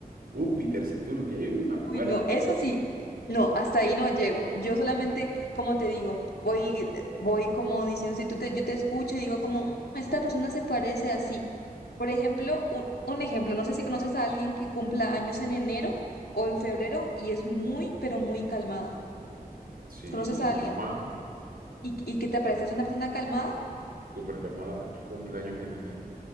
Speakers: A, on the right; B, on the left.
A: Júpiter, Saturno, ya yo ni me acuerdo.
B: Uy, no, eso sí, no, hasta ahí no llego. Yo solamente, como te digo, voy, voy como diciendo, si tú te, yo te escucho y digo como, "Mm, esta persona se parece así. Por ejemplo, un, un ejemplo, no sé si conoces a alguien que cumpla años en enero o en febrero y es muy, pero muy calmada.
A: Sí,
B: ¿Conoces a
A: mi
B: alguien
A: mamá,
B: y, y que te parece es una persona calmada?
A: súper calmada, cumpleaños en enero.